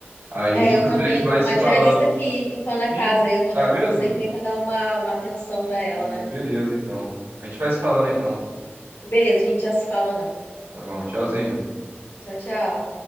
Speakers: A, on the right (about 80°); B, on the left (about 85°).
A: Aí
B: É, eu
A: qualquer
B: também.
A: coisa a gente vai
B: Tô com
A: se
B: uma
A: falando.
B: diarista aqui limpando a
A: Hum,
B: casa. Eu vou
A: tá
B: dar,
A: mesmo?
B: vou sair também para dar uma, uma atenção para ela,
A: Hum,
B: né?
A: beleza, então. A gente vai se falando então.
B: Beleza, a gente já se fala já.
A: Tá bom, tchauzinho.
B: Tchau, tchau.